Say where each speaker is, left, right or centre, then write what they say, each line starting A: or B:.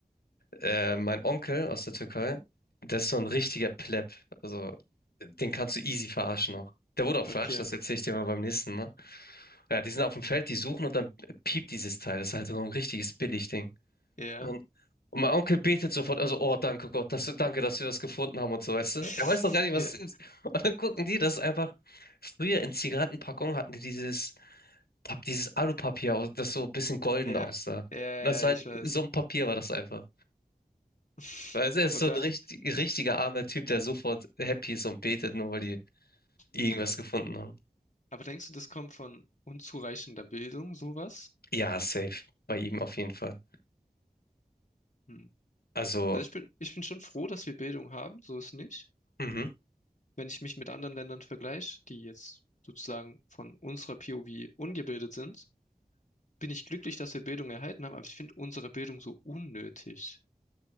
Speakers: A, on the left; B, on the left.
A: äh, mein Onkel aus der Türkei, der ist so ein richtiger Pleb. Also, den kannst du easy verarschen noch. Der wurde auch verarscht,
B: okay.
A: das erzähle ich dir mal beim nächsten Mal. Ja, die sind auf dem Feld, die suchen und dann piept dieses Teil. Das ist halt so ein richtiges Billigding.
B: Ja.
A: Und, und mein Onkel betet sofort, also, oh, danke Gott, dass, du- danke, dass wir das gefunden haben und so, weißt du?
B: <laughs>
A: Er weiß noch gar nicht, was
B: Ja.
A: es ist. Und dann gucken die, das ist einfach, früher in Zigarettenpackungen hatten die dieses Pap- dieses Alupapier, aus- das so ein bisschen golden
B: Ja,
A: aussah.
B: ja, ja,
A: Und das war
B: ja, ich
A: halt,
B: weiß.
A: so ein Papier war das einfach.
B: <laughs>
A: Also er ist
B: Und
A: so ein
B: dann,
A: richtig, richtiger armer Typ, der sofort happy ist und betet, nur weil die irgendwas
B: oh Gott.
A: gefunden haben.
B: Aber denkst du, das kommt von unzureichender Bildung, sowas?
A: Ja, safe. Bei ihm auf jeden Fall.
B: Hm.
A: Also,
B: Also ich bin, ich bin schon froh, dass wir Bildung haben, so ist nicht.
A: mhm.
B: Wenn ich mich mit anderen Ländern vergleiche, die jetzt sozusagen von unserer POV ungebildet sind, bin ich glücklich, dass wir Bildung erhalten haben, aber ich finde unsere Bildung so unnötig.